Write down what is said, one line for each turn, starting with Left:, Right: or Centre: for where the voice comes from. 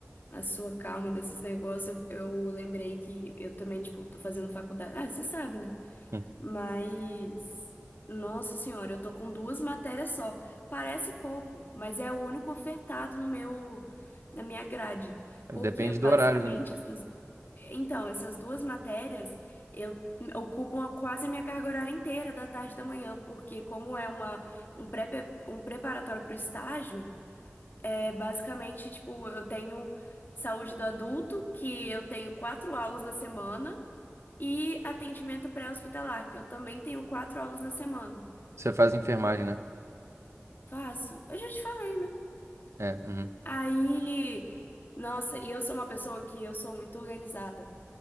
Left: a sua calma desses negócios, eu, eu lembrei que eu também, tipo, tô fazendo faculdade. Ah, você sabe, né?
Right: Hum.
Left: Mas, nossa senhora, eu tô com duas matérias só. Parece pouco, mas é o único ofertado no meu, na minha grade.
Right: Depende
Left: Porque basicamente,
Right: do horário, né?
Left: essas- então, essas duas matérias eu ocupam a- quase a minha carga horária inteira da tarde e da manhã, porque como é uma, um pré, um preparatório para o estágio, é basicamente, tipo, eu tenho saúde do adulto, que eu tenho quatro aulas na semana. E atendimento pré-hospitalar, que eu também tenho quatro aulas na semana.
Right: Você faz enfermagem, né?
Left: Faço. Eu já te falei, né?
Right: É, uhum.
Left: Aí, nossa, e eu sou uma pessoa que eu sou muito organizada.